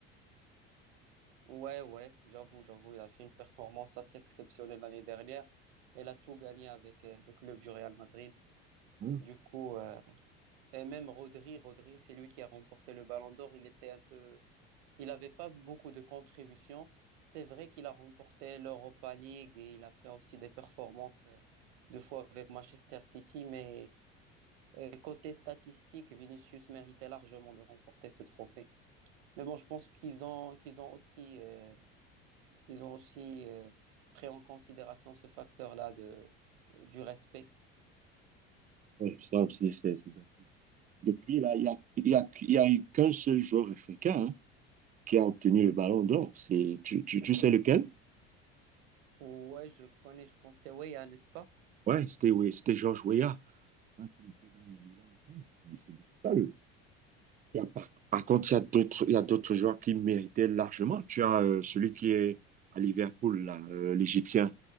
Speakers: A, on the right; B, on the right.
A: Ouais, ouais, j'avoue, j'avoue, il a fait une performance assez exceptionnelle l'année dernière. Elle a tout gagné avec euh, le club du Real Madrid.
B: Hein
A: Du coup, euh, et même Rodri, Rodri, c'est lui qui a remporté le Ballon d'Or. Il était un peu, il n'avait pas beaucoup de contributions. C'est vrai qu'il a remporté l'Europa League et il a fait aussi des performances euh, deux fois avec Manchester City. Mais euh, côté statistique, Vinicius méritait largement de remporter ce trophée. Mais bon, je pense qu'ils ont, qu'ils ont aussi. euh, qu'ils ont aussi euh, pris en considération ce facteur-là de, du respect.
B: Ouais, ça aussi, c'est- c'est bien. Depuis, là, il n'y a, il y a, il y a eu qu'un seul joueur africain hein, qui a obtenu le ballon d'or. C'est, tu, tu, tu sais lequel?
A: Ouais, je connais, je pense, c'est Weya, n'est-ce pas?
B: Ouais, c'était oui, c'était Georges Weah. Quand il était dans le Milan aussi, il- c'est le seul. Il y a par, par contre, il y a d'autres, il y a d'autres joueurs qui méritaient largement. Tu as euh, celui qui est à Liverpool, là, euh, l'Égyptien.